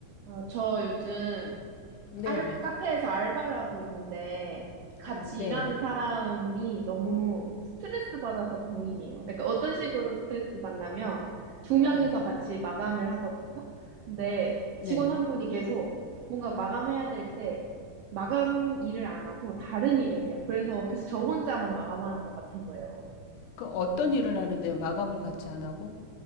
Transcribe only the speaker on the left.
네.
아, 네.
네.
네.
그 어떤 일을 하는데요? 마감을 같이 안 하고?